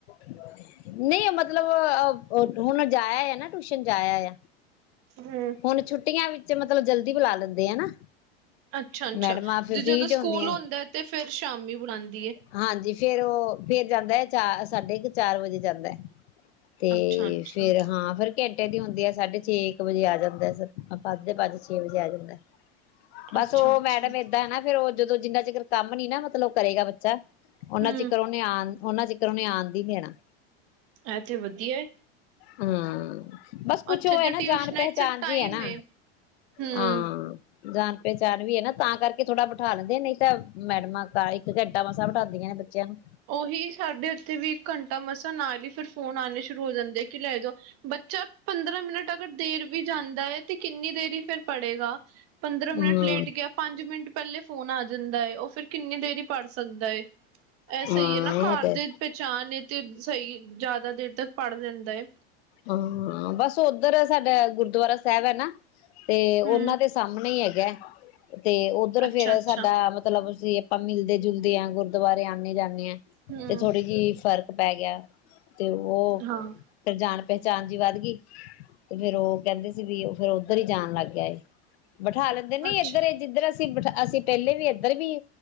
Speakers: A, on the left (about 85°); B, on the right (about 50°).
A: ਨਹੀਂ ਮਤਲਬ ਅ ਉਹ ਹੁਣ ਜਾਇਆ ਆਇਆ ਨਾ ਟਿਊਸ਼ਨ ਜਾਇਆ ਆਇਆ
B: ਹਮ
A: ਹੁਣ ਛੁੱਟੀਆਂ ਵਿ ਚ ਮਤਲਬ ਜਲਦੀ ਬੁਲਾ ਲੈਂਦੇ ਆ ਨਾ
B: ਅੱਛਾ ਅੱਛਾ
A: ਮੈਡਮਾਂ ਫਿਰ
B: ਜੇ
A: ਫ੍ਰਰੀ
B: ਜਦੋਂ ਸਕੂਲ
A: ਚ ਹੁੰਦੀਆਂ
B: ਹੁੰਦਾ ਤੇ ਫੇਰ ਸ਼ਾਮੀ ਬੁਲਾਦੀ
A: ਹਾਂਜੀ ਫੇਰ ਉਹ ਫੇਰ ਜਾਂਦਾ ਹੈ ਚਾਰ ਸਾਢੇ ਕ ਚਾਰ ਵਜੇ ਜਾਂਦਾ ਏ ਤੇ
B: ਅੱਛਾ-ਅੱਛਾ,
A: ਫੇਰ ਹਾਂ ਫੇਰ ਘੰਟੇ ਦੀ ਹੁੰਦੀ ਆ ਸਾਢੇ ਛੇ ਇੱਕ ਵਜੇ ਆ ਜਾਂਦਾ ਪ ਪੰਜ ਦੇ ਪੰਜ ਛੇ ਵਜੇ ਆ ਜਾਂਦਾ ਬਸ
B: ਅੱਛਾ-ਅੱਛਾ
A: ਉਹ ਮੈਡਮ ਏਦਾਂ ਹੈ ਨਾ ਫੇਰ ਉਹ ਜਦੋਂ ਜਿੰਨਾ ਚਿਰ ਕੰਮ ਨੀ ਨਾ ਮਤਲਬ ਕਰੇਗਾ ਬੱ <unintelligible> ਉਹਨਾਂ
B: ਹੂੰ
A: ਚਿਕਰ ਉਹਨੇ ਆਣ ਉਹਨਾ ਚਿਕਰ ਉਹਨੇ ਆਣ ਨੀ ਦੇਣਾ
B: ਐਥੇ ਵਧੀਆ ਏ
A: ਹੂੰ ਬਸ ਕੁਛ
B: ਉੱਥੇ
A: ਉਹ
B: ਤੇ
A: ਹੈ ਨਾ
B: ਟਿਊਸ਼ਨਾਂ
A: ਜਾਣ ਪਹਿਚਾਣ
B: ਚ ਸਿਰਫ ਟਾਈਮ
A: ਜੀ ਏ ਨਾ
B: ਹੂੰ।
A: ਆ ਜਾਣ ਪਹਿਚਣ ਵੀ ਹੈ ਨਾ ਤਾਂ ਕਰਕੇ ਥੋੜਾ ਬਿਠਾ ਲੈਂਦੇ ਨਹੀਂ ਤਾਂ ਮੈਡਮਾਂ ਕਾਲੀ ਇੱਕ ਘੰਟੇ ਮਸਾਂ ਬਠਾਉਦੀਆਂ ਨੇ ਬੱਚਿਆਂ ਨੂੰ
B: ਉਹੀ ਸਾਡੇ ਉੱਥੇ ਵੀ ਇੱਕ ਘੰਟਾ ਮਸਾਂ ਨਾਲ ਹੀ ਫਿਰ ਫੋਨ ਆਣੇ ਸ਼ੁਰੂ ਹੋ ਜਾਂਦੇ ਆ ਕਿ ਲੈ ਜਾਓ ਬੱ ਚਲ ਪੰਦਰਾਂ ਮਿੰਟ ਅਗਰ ਦੇਰ ਵੀ ਜਾਂਦਾ ਹੈ ਤੇ ਕਿੰਨੀ ਦੇਰੀ ਫਿਰ ਪੜ੍ਹੇਗਾ ਪੰਦਰਾਂ ਮਿੰਟ
A: ਹਮ
B: ਲੇਟ ਗਿਆ ਪੰਜ ਮਿੰਟ ਪਹਿਲੇ ਫੋਨ ਆ ਜਾਂਦਾ ਹੈ ਉਹ ਫਿਰ ਕਿੰਨੀ ਦੇਰ ਪੜ ਸਕਦਾ ਹੈ। ਇਹ ਸਹੀ
A: ਹਾਂ
B: ਹੈ ਨਾ ਘਰ
A: ਉਹ ਤੇ
B: ਦੇ ਪਹਿਚਾਣ? ਨੇ ਤੇ ਸਹੀ ਹੈ ਜ਼ਿਆਦਾ ਦੇਰ ਤੱਕ ਪੜ੍ਹ ਲੈਂਦਾ ਹੈ?
A: ਹਾਂ ਬਸ ਉਧਰ ਸਾਡਾ ਗੁਰਦੁਆਰਾ ਸਾਹਿਬ ਹੈ ਨਾ? ਤੇ ਉਹਨਾਂ
B: ਹੂੰ,
A: ਦੇ ਸਾਹਮਣੇ ਹੀ। ਹੈਗਾ। ਤੇ ਉੱਧਰ
B: ਅੱਛਾ-ਅੱਛਾ,
A: ਫੇਰ ਸਾਡਾ ਮਤਲਬ ਅਸੀਂ। ਆਪਾਂ ਮਿਲਦੇ ਜੁਲਦੇ ਆ। ਗੁਰਦੁਆਰੇ ਆਉਣੇ ਜਾਣੇ ਹਾ
B: ਹੂੰ,
A: ਤੇ ਥੋੜੀ ਜਿਹੀ ਫਰਕ? ਪੈ ਗਿਆ? ਤੇ ਉਹ
B: ਹਾਂ
A: ਫਿਰ ਜਾਣ। ਪਹਿਚਾਣ ਜੀ ਵੱਧ ਗਈ ਤੇ ਫੇਰ ਉਹ ਕਹਿੰਦੇ ਸੀ ਵੀ ਉਹ ਫੇਰ ਉਧਰ ਹੀ ਜਾਣ ਲੱਗ ਗਿਆ ਏ। ਬਿਠਾ ਲੈਂਦੇ ਨੇ ਨਹੀਂ
B: ਅੱਛਾ,
A: ਇੱਧਰ ਏਂ ਜਿੱਧਰ ਅਸੀਂ। ਅਸੀਂ ਪਹਿਲੇ ਵੀ ਇੱਧਰ ਵੀ